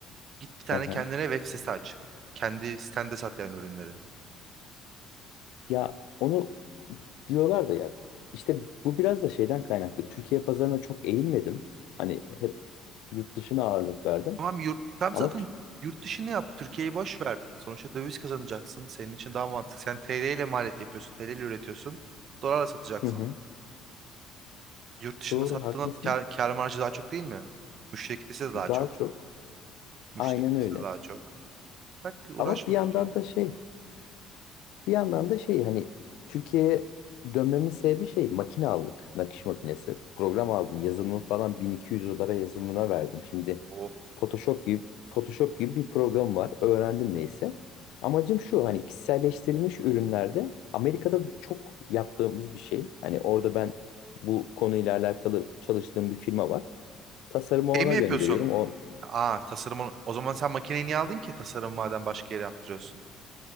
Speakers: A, on the right; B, on the left.
A: Git bir tane
B: hı hı.
A: kendine web sitesi aç. Kendi sitende sat yani ürünleri.
B: Ya onu diyorlar da ya işte bu biraz da şeyden kaynaklı. Türkiye pazarına çok eğilmedim. Hani hep yurt dışına ağırlık verdim.
A: Tamam yurt tam
B: Ama
A: zaten
B: tü-
A: yurt dışını yap. Türkiye'yi boş ver. Sonuçta döviz kazanacaksın. Senin için daha mantıklı. Sen TL ile maliyet yapıyorsun. TL ile üretiyorsun. Dolarla satacaksın.
B: hı hı,
A: Yurt dışında
B: doğru
A: sattığında
B: haklısın.
A: kar, kar marjı daha çok değil mi? Müşteri kitlesi de daha
B: Daha
A: çok.
B: çok
A: Müşteklisi
B: aynen öyle.
A: daha çok. Bak uğraşma
B: Ama bir yandan
A: Türkiye'yle.
B: da şey Bir yandan da şey hani Türkiye'ye dönmemin sebebi şey makine aldık. Nakış makinesi. Program aldım. Yazılımı falan 1200 dolara yazılımına verdim. Şimdi
A: O.
B: Photoshop gibi Photoshop gibi bir program var. Öğrendim neyse. Amacım şu hani kişiselleştirilmiş ürünlerde Amerika'da çok yaptığımız bir şey. Hani orada ben bu konuyla alakalı çalıştığım bir firma var. Tasarımı ona
A: Şey mi yapıyorsun?
B: gönderiyorum. O
A: Aa tasarımın. O zaman sen makineyi niye aldın ki tasarım madem başka yere yaptırıyorsun?